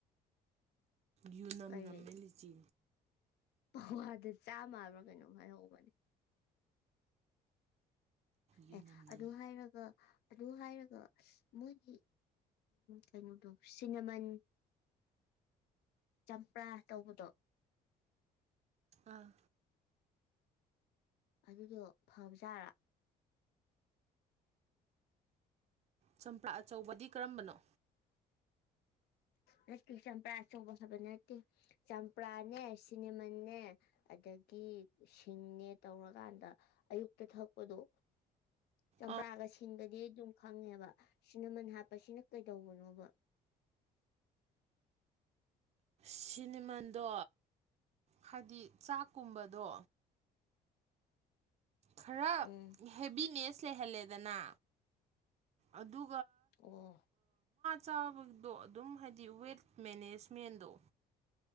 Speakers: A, on the right; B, on the left.
A: ꯌꯨꯅꯝ
B: ꯀꯔꯤ
A: ꯅꯝꯃꯦ ꯂꯤꯆꯤ
B: ꯄꯋꯥꯗ ꯆꯥ ꯃꯕ꯭ꯔꯥ ꯀꯩꯅꯣꯝ ꯍꯥꯏꯍꯧꯕꯅꯦ
A: ꯌꯨꯅꯝ
B: ꯑꯦ
A: ꯅꯝ
B: ꯑꯗꯨ ꯍꯥꯏꯔꯒ ꯑꯗꯨ ꯍꯥꯏꯔꯒ ꯃꯣꯏꯒꯤ ꯀꯩꯅꯣꯗꯣ ꯁꯤꯅꯃꯟ ꯆꯝꯄ꯭ꯔꯥ ꯇꯧꯕꯗꯣ
A: ꯑꯥ
B: ꯑꯗꯨꯗꯣ ꯐꯕꯖꯥꯔꯥ
A: ꯆꯝꯄ꯭ꯔꯥ ꯑꯆꯧꯕꯗꯤ ꯀꯔꯝꯕꯅꯣ
B: ꯅꯠꯇꯦ ꯆꯝꯄ꯭ꯔꯥ ꯑꯆꯧꯕ ꯍꯥꯏꯕ ꯅꯠꯇꯦ ꯆꯝꯄ꯭ꯔꯥꯅꯦ ꯁꯤꯅꯦꯃꯦ ꯑꯗꯒꯤ ꯁꯤꯡꯅꯦ ꯇꯧꯔꯀꯥꯟꯗ ꯑꯌꯨꯛꯇ ꯊꯛꯄꯗꯣ ꯆꯝꯄ꯭ꯔꯥꯒ
A: ꯑꯥ
B: ꯁꯤꯡꯒ ꯑꯗꯨꯝ ꯈꯪꯉꯦꯕ ꯁꯤꯅꯃꯟ ꯍꯥꯞꯄꯁꯤꯅ ꯀꯩꯗꯧꯕꯅꯣꯕ
A: ꯁꯤꯅꯦꯃꯟꯗꯣ ꯍꯥꯏꯗꯤ ꯆꯥꯛꯀꯨꯝꯕꯗꯣ ꯈꯔ
B: ꯎꯝ
A: ꯍꯦꯕꯤꯅꯦꯁ ꯂꯩꯍꯜꯂꯦ ꯅ ꯑꯗꯨ
B: ꯋꯥ
A: ꯆꯥꯕꯗꯣ ꯑꯗꯨꯝ ꯍꯥꯏꯗꯤ ꯋꯦꯠ ꯃꯦꯅꯦꯖꯃꯦꯟꯗꯣ